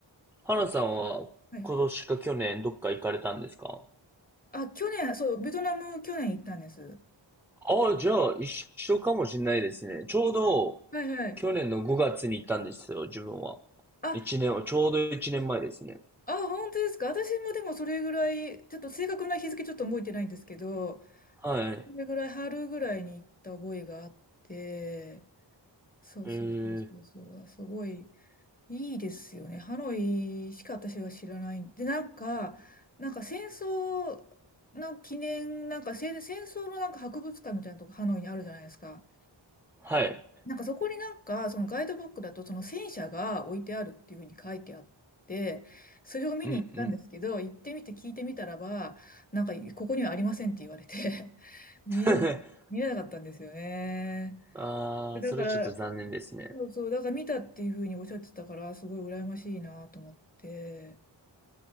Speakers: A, in the centre; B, on the left (about 20°).
A: はなさんは、
B: はいはい。
A: 今年か去年どっか行かれたんですか
B: あ、去年、そう、ベトナム去年行ったんです。
A: ああ、じゃあ一緒かもしれないですね。ちょうど、
B: はいはい。
A: 去年の5月に行ったんですよ、自分は。
B: あ、
A: 一年は、ちょうど一年前ですね。
B: あ、本当ですか。私もでもそれぐらい、ちょっと正確な日付ちょっと覚えてないんですけど、
A: はい。
B: それぐらい、春ぐらいに行った覚えがあって、そうそうそうそうそう、
A: ええ、
B: あすごいいいですよね。ハノイしか私は知らない。で、なんか、なんか戦争の記念、なんか戦戦争のなんか博物館みたいなとこハノイにあるじゃないですか。
A: はい。
B: なんかそこになんか、そのガイドブックだと、その戦車が置いてあるっていうふうに書いてあって、それを見に行ったんですけど、
A: うんうん。
B: 行ってみて聞いてみたらば、なんか、ここにはありませんって言われて <laughs> 見れな、
A: <laughs>
B: 見れなかったんですよね。
A: ああ、
B: だから、
A: それちょっと残念ですね。
B: そうそう、だから見たっていうふうにおっしゃってたから、すごい羨ましいなと思って、